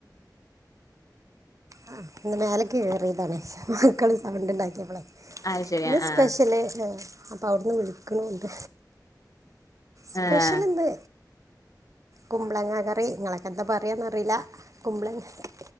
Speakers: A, on the right; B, on the left.
A: ആ ഇ മേലക്ക് കേയറിയതാണ് മക്കള് സൗണ്ട് ഉണ്ടാക്കിയപ്പോ
B: അത് ശരി
A: ഇ സ്പെഷ്യല്
B: ആഹ്
A: അപ്പൊ അവിടുന്ന് വിളികുണണ്ട് സ്പെഷ്യലെന്ത്
B: ആഹ്
A: കുമ്പളങ്ങ കറി നിങ്ങളൊക്കെ എന്താ പറയാന്ന് അറിയില്ല കുമ്പളങ്ങ കറി